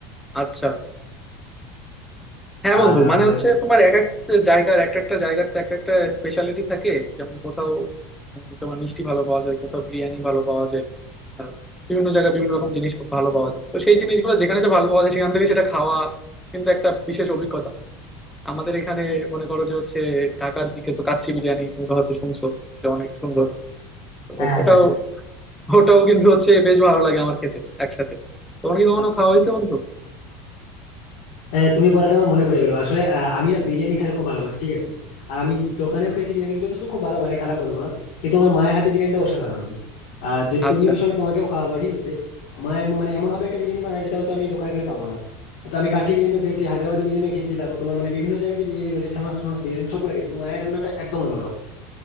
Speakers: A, in the centre; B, on the left.
A: আচ্ছা হ্যাঁ বন্ধু
B: আর
A: মানে হচ্ছে তোমার এক এক জায়গার এক একটা জায়গার তো এক একটা স্পেশালিটি থাকে যেমন কোথাও উম তোমার মিষ্টি ভালো পাওয়া যায় কোথাও বিরিয়ানি ভালো পাওয়া যায় আহ, বিভিন্ন জায়গায় বিভিন্ন রকম জিনিস ভালো পাওয়া যায় তো সেই জিনিসগুলো যেখানে যে ভালো পাওয়া যায় সেখান থেকে সেটা খাওয়া কিন্তু একটা বিশেষ অভিজ্ঞতা আমাদের এখানে মনে করো যে হচ্ছে ঢাকার দিকে তো কাচ্চি বিরিয়ানি তুমি তো হয়তো শুনছো যে অনেক সুন্দর তো
B: আহ,
A: ওটাও
B: হ্যাঁ
A: ওটাও কিন্তু হচ্ছে বেশ ভালো লাগে আমার খেতে একসাথে তোমার কি কখনো খাওয়া হয়েছে বন্ধু
B: হ্যাঁ তুমি বলাতে আমার মনে পড়ে গেলো আসলে আহ, আমি না বিরিয়ানি খেতে খুব ভালোবাসি ঠিক আছে আর আমি দোকানেও খেয়েছি বিরিয়ানি যথেষ্ট খুব ভালো মানে খারাপ বলবো না কিন্তু আমার মায়ের হাতে বিরিয়ানিটা অসাধারণ হয় আর যদি
A: আচ্ছা
B: তুমিও এসো আমি তোমাকেও খাওয়াবো ঠিক আছে মায়ের এমন- মানে এমন ভাবে একটা বিরিয়ানি বানায় যেটা হয়তো আমি দোকানে গেলে পাবো না তো আমি কাঠি বিরিয়ানিও খেয়েছি হায়দ্রাবাদি বিরিয়ানিও খেয়েছি তারপর তোমার মানে বিভিন্ন জায়গায় যে বিরিয়ানি রয়েছে ফেমাস ফেমাস বিরিয়ানি আমি সবগুলো খেয়েছি কিন্তু মায়ের রান্নাটা একদম অন্যরকম